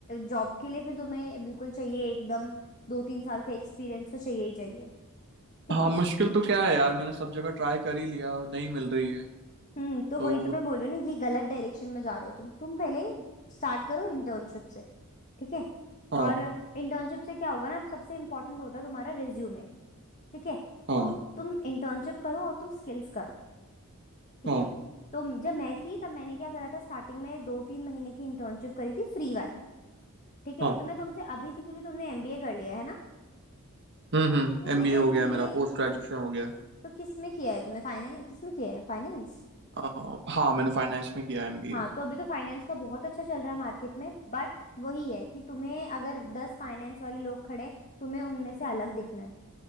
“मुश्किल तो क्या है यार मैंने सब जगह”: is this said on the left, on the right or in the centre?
Right